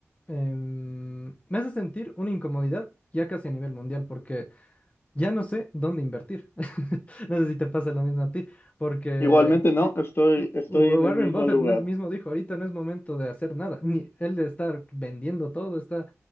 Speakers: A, on the left; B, on the left.
A: em, me hace sentir una incomodidad ya casi a nivel mundial, porque ya no sé dónde invertir. <laughs> No sé si te pasa lo mismo a ti, porque
B: Igualmente, no,
A: si,
B: estoy, estoy
A: Warren
B: en el mismo
A: Buffett
B: lugar.
A: mes- mismo dijo, ahorita no es momento de hacer nada, ni él de estar vendiendo todo, está,